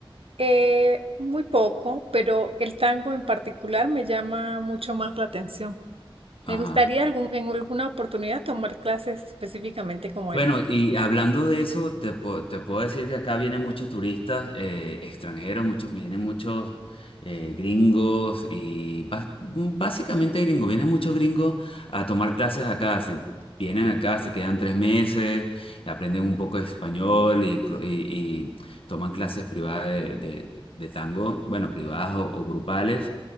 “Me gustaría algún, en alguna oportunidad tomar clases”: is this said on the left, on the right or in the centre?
Right